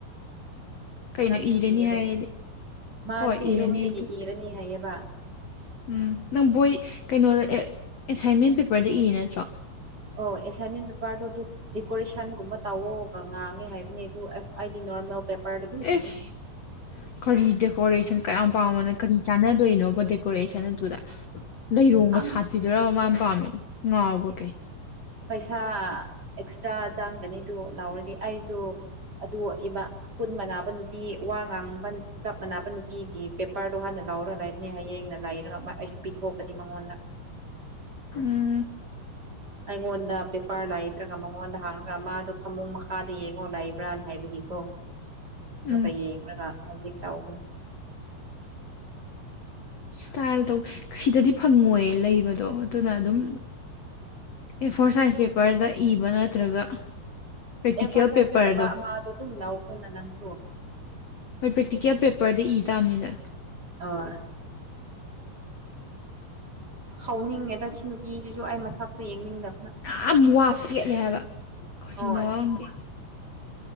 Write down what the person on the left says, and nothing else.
ꯀꯩꯅꯣ
ꯏꯔꯅꯤ
ꯍꯥꯏꯔꯗꯤ
ꯍꯣꯏ ꯏꯔꯅꯤ
ꯑꯩꯗꯣ
ꯎꯝ ꯅꯪ ꯕꯣꯏ ꯀꯩꯅꯣꯗ ꯑꯦ ꯑꯦꯁꯥꯏꯟꯃꯦꯟ ꯄꯦꯄꯔꯗ ꯏꯔꯤ ꯅꯠꯇ꯭ꯔꯣ
ꯑꯦꯁ ꯀꯔꯤ ꯗꯦꯀꯣꯔꯦꯁꯟ ꯀꯌꯥꯝ ꯄꯥꯝꯕꯅꯣ ꯀꯔꯤ ꯆꯥꯟꯅꯗꯣꯏꯅꯣꯕ ꯗꯦꯀꯣꯔꯦꯁꯟ ꯑꯗꯨꯗ ꯂꯩꯔꯣꯡꯒ
ꯁꯥꯠꯄꯤꯗꯨꯔꯥ ꯃꯥꯅ ꯄꯥꯝꯃꯤꯗꯣ ꯉꯥꯎꯕ꯭ꯔꯥ ꯀꯩ
ꯎꯝ
<inaudible>
ꯎꯝ
ꯏꯁꯇꯥꯏꯜ ꯇꯧ ꯁꯤꯗꯗꯤ ꯐꯪꯉꯣꯏ ꯂꯩꯕꯗꯣ ꯑꯗꯨꯅ ꯑꯗꯨꯝ ꯑꯦ ꯐꯣꯔ ꯁꯥꯏꯁ ꯄꯦꯄꯔꯗ ꯏꯕ ꯅꯠꯇ꯭ꯔꯒ ꯄ꯭ꯔꯦꯛꯇꯤꯀꯦꯜ
ꯄꯦꯄꯔꯗꯣ
ꯃꯣꯏ ꯄ꯭ꯔꯦꯛꯇꯤꯀꯦꯜ ꯄꯦꯄꯔꯗ ꯏ ꯇꯥꯝꯅꯤꯅ
ꯌꯥꯝ ꯋꯥ ꯄꯦꯠꯂꯦ ꯍꯥꯏꯕ ꯀꯔꯤꯅꯣ
ꯈꯪꯗꯦ